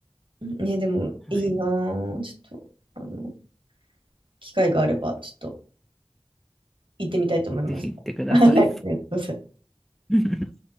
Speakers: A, on the right; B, in the centre.
A: ね、でもいいな
B: ん。はい。
A: ぁちょっと、あの、機会があれば、ちょっと行ってみたいと思います。
B: ぜひ行ってください。
A: <laughs> はい、ありがとうございます。
B: <laughs>